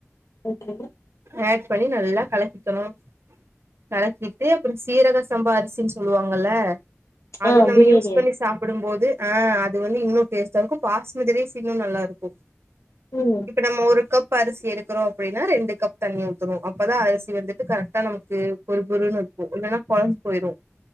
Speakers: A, on the left (about 80°); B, on the right (about 60°).
A: ஓகே
B: ஆட் பண்ணி நல்லா கலக்கிக்கணும் கலக்கிட்டு அப்றோ சீரக சம்பா அரி சின் சொல்லுவாங்கல்ல
A: ஆ
B: அது நம்ம
A: பிரியாணி
B: யுஸ் பண்ணி சாப் ப்புடும்போது ஆ அது வந்து இன்னு டேஸ்ட்டா இருக்கு பாஸ்மதி ரைஸ் இன்னு நல்லா இருக்கு
A: ம்
B: இப்ப நம்ம ஒரு கப் அரிசி எடுக்குறோ அப்டின்னா ரெண்டு கப் தண்ணி ஊத்தணு அப்பதா அரிசி வந்துட்டு கரெக்டா நமக்கு பொருனு பொருன்னு இருக்கு இல்லனா கொழஞ்சு போயிரு